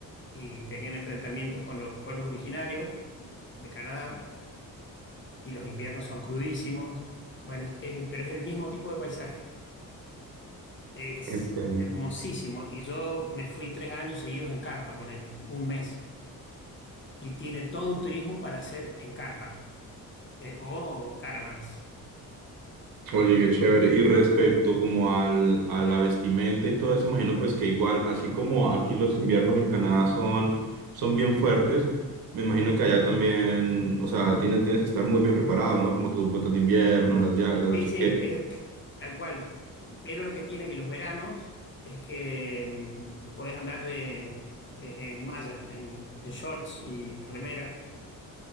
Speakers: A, on the left; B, on the right.
A: y tenían enfrentamientos con los pueblos originarios de Canadá. y los inviernos son crudísimos. Bueno, es- eh, pero es el mismo tipo de paisaje. Es
B: Este,
A: hermosísimo. Y yo me fui tres años seguidos en carpa, ponele, un mes. Y tiene todo un turismo para hacer en carpa eh, o caravans.
B: Oye, qué chévere. Y respecto como al, a la vestimenta y todo eso, imagino pues que igual, así como aquí los inviernos en Canadá son, son bien fuertes, me imagino que allá también, o sea, tienes, tienes que estar muy bien preparado, ¿no? Como tus botas de invierno, las, ya, las
A: Sí,
B: chaquetas.
A: sí, es tal cual. Eh, Pero lo que tiene que los veranos es que mm, te podés andar de, eh, en malla, en, en shorts y remera.